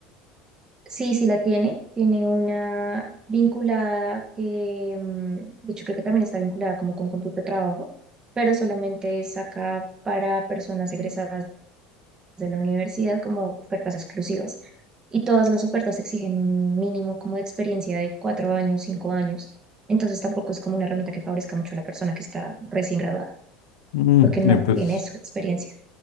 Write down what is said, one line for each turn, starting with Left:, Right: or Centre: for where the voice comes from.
Right: Sí, sí la tiene. Tiene una vinculada que, mm, de hecho, creo que también está vinculada como con cómputo de trabajo, pero solamente es acá para personas egresadas de la universidad como ofertas exclusivas. Y todas las ofertas exigen un mínimo como de experiencia de cuatro años, cinco años. Entonces tampoco es como una herramienta que favorezca mucho a la persona que está recién graduada,
Left: Mm,
Right: porque no
Left: eh, pues,
Right: tiene eso, experiencia.